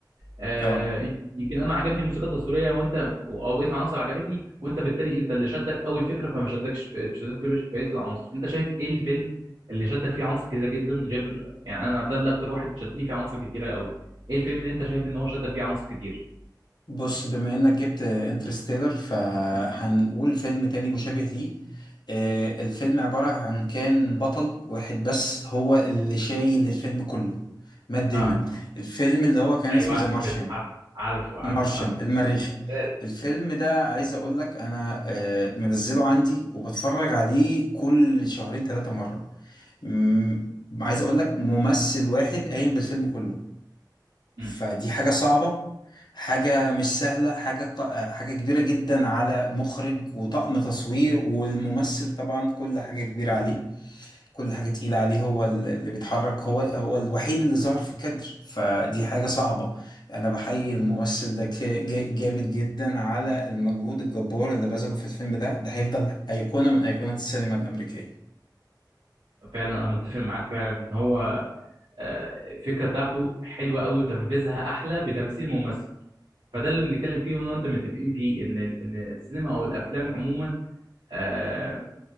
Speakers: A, on the right; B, on the left.
A: آه،
B: اه
A: يمكن انا عجبني الموسيقى التصويريه وانت او بقيه العناصر عجبتني وانت بالتالي انت اللي شدك اول فكره فما شدكش شدكش بقيه العناصر انت شايف ايه الفيلم اللي شدك فيه عناصر كتيره جدا غير يعني انا ده اللي اكتر واحد شدني فيه عناصر كتيره قوي ايه الفيلم اللي انت شايف ان هو شدك فيه عناصر كتير
B: بص بما إنك جبت انترستيلر فهنقول
A: مم.
B: فيلم تاني مشابه ليه آه، الفيلم عبارة عن كان بطل واحد بس هو اللي شايل الفيلم كله مات ديمون
A: اه
B: الفيلم اللي هو كان
A: ايوه
B: اسمه
A: عارف
B: ذا مارشيان
A: الفيلم عارف عارف عارف
B: مارشن
A: عارف
B: المريخي
A: ممتاز
B: الفيلم ده عايز اقول لك انا آه، منزله عندي وبتفرج عليه كل شهرين ثلاثة مرة مم، عايز اقول لك ممثل واحد قايم بالفيلم كله
A: مم.
B: فدي حاجة صعبة حاجة مش سهلة حاجة ق- آه، حاجة كبيرة جدا على مخرج وطاقم تصوير والممثل طبعا كل حاجة كبيرة عليه كل حاجة تقيلة عليه هو ال- اللي بيتحرك هو هو الوحيد اللي ظهر في الكادر فدي حاجة صعبة أنا بحيي الممثل ده ك- جا- جامد جدا على المجهود الجبار اللي بذله في الفيلم ده ده هيفضل أيقونة من أيقونات السينما الأمريكية
A: فعلا انا متفق معاك فعلا ان هو آه، الفكره بتاعته حلوه قوي وتنفيذها احلى بتمثيل ممثل فده اللي بنتكلم فيه وانا وانت متفقين فيه ان ال- ان السينما او الافلام عموما آه،